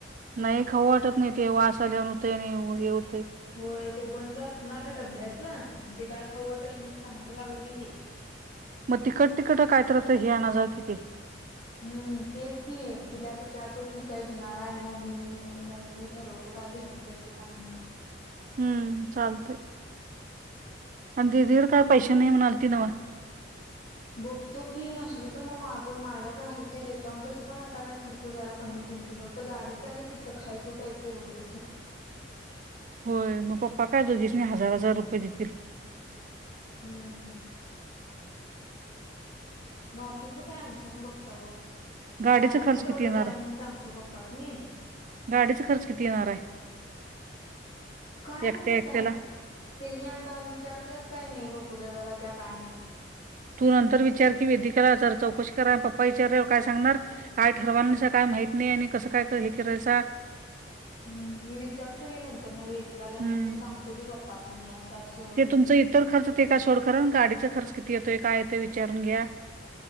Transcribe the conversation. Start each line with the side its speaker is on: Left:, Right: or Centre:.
Right: नाही खऊं वाटत नाही ते वास आल्यान होते आणि हे होते
Left: होय ते बंद असणार डब्याचं ते काय खवटत नाही चांगलं लागत नाही ते
Right: मग तिकट तिकट कायत राहत हे आणन जाव किती
Left: ह हम्म तेस की तिला विचारतो ती काय घेणार आहे मग मी मग मी ठरवतो काय घ याच ते काय नाही
Right: हम्म चालतय आणि दीदीड काय पैसे नाही म्हणाल ती नव
Left: बघतो की नसल तर मग माझ माझ्याकडेही ते देतो आणि तसं पण आता काही खर्च जरा कमी कि फक्त गाडीच नाही तिथं खायचं प्यायचं एवढंच की
Right: होय मग पप्पा काय दो दिीस हजार हजार रुपये देतील
Left: हम्म बाकीचं काय आमचं आहे मी बघता घे
Right: गाडीचा
Left: गाडीचं
Right: खर्च
Left: तेवढं
Right: किती येणार
Left: द्या
Right: आहे
Left: म्हणून सांगतो पप्पासनी
Right: गाडीचा खर्च किती येणार आहे
Left: काय
Right: एकट्या
Left: मा आता
Right: एकट्याला
Left: त्यांनी आता विचारल्यात काय नाही बघू झाला त्या कायमत
Right: तू नंतर विचार की वेदी कराार चौकशी करा पप्पा विचारावर काय सांगणार काय ठरवा काय माहिती नाही आणि कसं काय हे करायचा
Left: हम्म मी विचारतो गे नंतर न वहे िकाला
Right: हम्म
Left: आणि मग सांगतो की बाप्पासनी असं अस
Right: ते तुमचं इतर खर्च ते काय सोड खरं गाडीचा खर्च किती येतोय काय विचारून घ्या